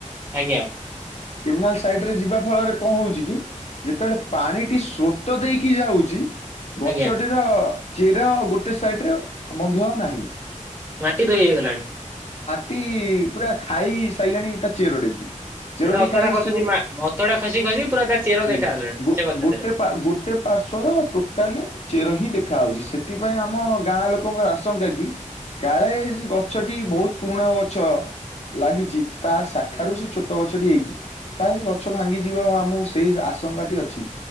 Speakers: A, on the right (about 15°); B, on the left (about 55°).
A: ଆଜ୍ଞା।
B: କେନାଲ୍ ସାଇଟ୍ ରେ ଯିବା ଫଳରେ କଁ ହଉଚି କି ଯେତଳେ ପାଣିଟି ସ୍ରୋତ ଦେଇକି ଯାଉଚି ଗଛଟିର
A: ଆଜ୍ଞା
B: ଚେର ଗୋଟେ ସାଇଟ୍ ରେ ବନ୍ଧୁ ଆଉ ନାହିଁ।
A: ମାଟି ଧୋଇ ହେଇଗଲାଣି।
B: ଟି ପୁରା ଖାଇ ସାଇଲାଣି ତା ଚେରଡେକି। ଚେରଟି
A: ମାନେ ଅତଡା
B: ଖାଇ
A: ଖସୁଛି
B: ସୁବୁ
A: ମା ଅତଡା ଖସି ଖସି ପୁରା ତା ଚେର
B: ହୁଁ
A: ଦେଖାଗଲାଣି
B: ଗୋ
A: ସେ ଗଛଟିର।
B: ଗୋଟେ ପା ଗୋଟେ ଏ ପାର୍ଶ୍ଵର ଟୋଟାଲେ ଚେର ହିଁ ଦେ ଖା ହଉଚି ସେଥିପାଇଁ ଆମ ଗାଁ ଲୋକଙ୍କର ଆଶଙ୍କା କି କାଳେ ଏଇ ଗଛଟି ବୋହୁତ ପୁରୁଣା ଗଛ। ଲାଗିଚି ତା ଶାଖାରୁ ସେ ଛୋଟ ଗଛଟି ହେଇଚି କାଲେ ସେ ଗଛ ଭାଙ୍ଗିଯିବ ଆଉ ଆମୁକୁ ସେଇ ଆ ଶଙ୍ଗାଟି ଅଛି।